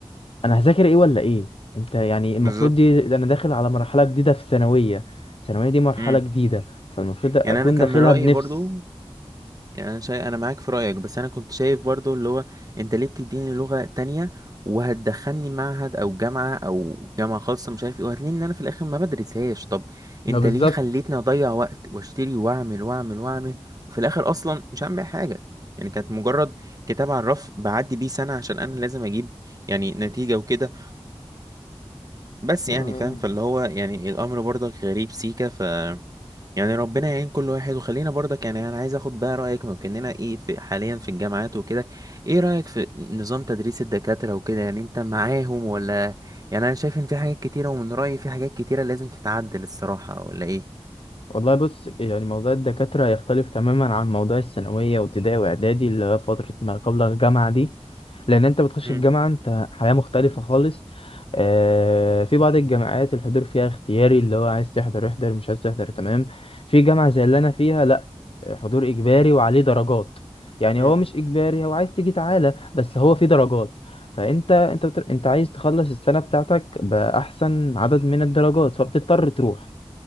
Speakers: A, on the left (about 60°); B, on the right (about 35°).
A: انا هذاكر ايه ولا ايه انت يعني المفروض
B: بالظبط
A: دي ده انا داخل على مرحله جديده في الثانويه الثانويه دي مرحله
B: امم
A: جديده فالمفروض اكون
B: يعني انا كان
A: داخلها
B: من رأيي
A: بنفس
B: برضو يعني انا شايف انا معاك في رايك بس انا كنت شايف برضو اللي هو انت ليه بتديني لغه تانية وهتدخلني معهد او جامعه او جامعه خاصه مش عارف ايه وهتلاقيني ان انا في الاخر ما بدرسهاش طب
A: ما
B: انت
A: بالظبط
B: ليه خليتني اضيع وقت واشتري واعمل واعمل واعمل وفي الاخر اصلا مش هعمل بيها حاجه يعني كانت مجرد كتاب على الرف بعدي بيه سنه عشان انا لازم اجيب يعني نتيجه وكده بس
A: آه.
B: يعني فاهم فاللي هو يعني الامر برضك غريب سيكا ف يعني ربنا يعين كل واحد وخلينا برضك يعني انا عايز اخد بقى رايك ممكننا ايه في حاليا في الجامعات وكده ايه رايك في نظام تدريس الدكاتره وكده يعني انت معاهم ولا يعني انا شايف ان في حاجات كتيره ومن رايي في حاجات كتيره لازم تتعدل الصراحه ولا ايه
A: والله بص يعني موضوع الدكاترة يختلف تماما عن موضوع الثانوية وابتدائي وإعدادي اللي هي فترة ما قبل الجامعة دي لأن أنت بتخش
B: امم
A: الجامعة أنت حياة مختلفة خالص آه، في بعض الجامعات الحضور فيها اختياري اللي هو عايز تحضر احضر مش عايز تحضر تمام في جامعة زي اللي أنا فيها لأ حضور إجباري وعليه درجات يعني
B: امم
A: هو مش إجباري هو عايز تيجي تعالى بس هو في درجات فأنت أنت بتر... أنت عايز تخلص السنة بتاعتك بأحسن عدد من الدرجات فبتضطر تروح